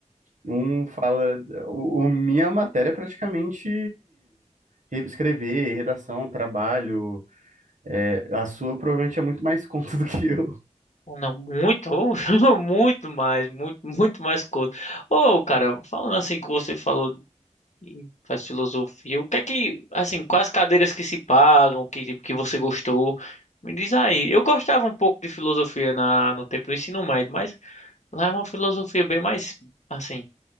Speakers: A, on the right; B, on the left.
A: Um fala. O, o- minha matéria é praticamente re- escrever, redação, trabalho. É, a sua provavelmente é muito mais conta <laughs> do que eu.
B: Não, muito, ô, <laughs> muito mais, muito, muito mais coisa. Ô, cara, falando assim que você falou e faz filosofia, o que é que, assim, quais cadeiras que se pagam, que, tipo, que você gostou? Me diz aí. Eu gostava um pouco de filosofia na, no tempo do ensino médio, mas lá é uma filosofia bem mais, assim,